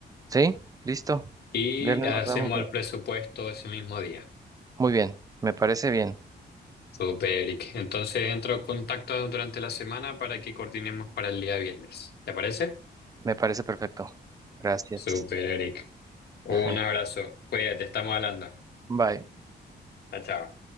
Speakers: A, on the right; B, on the left.
A: ¿Sí? ¿Listo?
B: y
A: Viernes
B: hacemos
A: nos vemos.
B: el presupuesto ese mismo día.
A: Muy bien, me parece bien,
B: Súper, Eric. Entonces entro en contacto durante la semana para que coordinemos para el día viernes. ¿Te parece?
A: me parece perfecto. Gracias.
B: Súper, Eric. Un
A: <laughs>
B: abrazo. Cuídate, estamos hablando.
A: Bye.
B: Chao, chao.